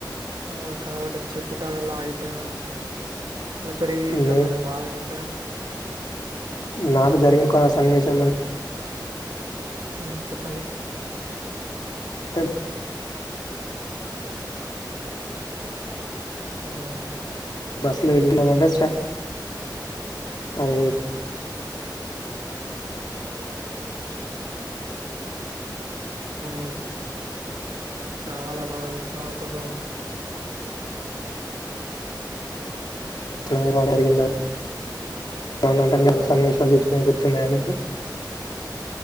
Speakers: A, on the right; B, on the left.
A: ఆ కనబడ్డ చెట్టు కాడల్ల ఆగిపోయినం విపరీతమైన
B: నే
A: బాగా ఎండా
B: నాకు జరిగిన ఒక సన్నివేశం అం
A: ఉమ్ చెప్పండి
B: అంటే
A: ఉమ్
B: బస్సులో వెళ్ళన్నామ అంటే <inaudible> అది
A: హ్మ్ ఉమ్మ్ చాలా బాగా బాధపడతాము
B: <inaudible> బాగా జరిగిందా అవున అంటే మీరు ఏమన్న సన్నివేశాలు చూసినాయి గుర్తున్నాయా మీకు